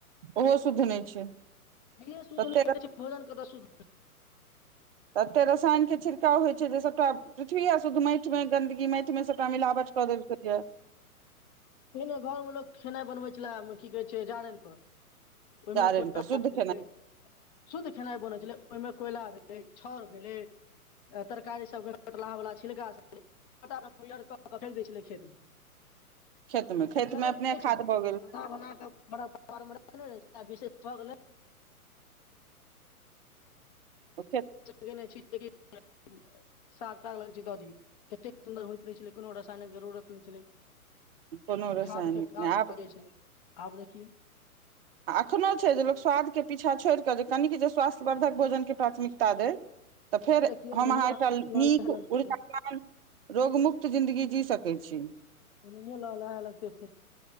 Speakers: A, on the right; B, on the left.
A: ओहो शुद्ध नहि छै
B: घी ये शुद्ध
A: तते
B: नहि छै त भोजन कतऽ सुध
A: तते रसायन के छिड़काव होइ छै जे सबटा पृथ्वी आ शुद्ध माटि मे गंन्दगी माटि मे सबटा मिलावट कऽ देेलके क्या
B: कोनो घरमे लोक खेनाइ बनबै छलए की कहै छै जारनिपर ओहिमे
A: जारनि
B: कोयला
A: पर शुद्ध
B: भेल
A: खेनाइ
B: शुद्ध खेनाइ बनैत छलय ओहिमे कोयला भेलय छाउर भेलै तरकारी सभके कटलाहवला छिलका सब पटर कऽ कथै लए दै छलै खेतमे
A: खेत मे खेत
B: छलै
A: मे अपने
B: की नहि
A: खाद
B: छलै
A: भऽ गेल
B: खाना बनााक विशेषझ
A: ओ खेत
B: े नहि छी लिन स लग छै दऽ दियौ कतेक सुन्दर होइत रहै छलै कोनो रासायनक जरूरत नहि छलैय
A: कोनो रसायनिक
B: खादके काज
A: नहि आब
B: करै छलै आब देखियौ
A: आ एखनहु छै जे लोक स्वादके पीछाँ छोड़ि कऽ जे कनिक जे स्वास्थ्यवर्धक भोजनके प्राथमिकता दय तऽ फेर
B: देखियौ
A: हम
B: ओनाहिये
A: अहाँ एकटा नीक
B: लहलहाए लगतै
A: उला रोग मुुक्त जिंन्दगी जी सकय छी
B: ओ नहिए लऽ लहै लगते फेर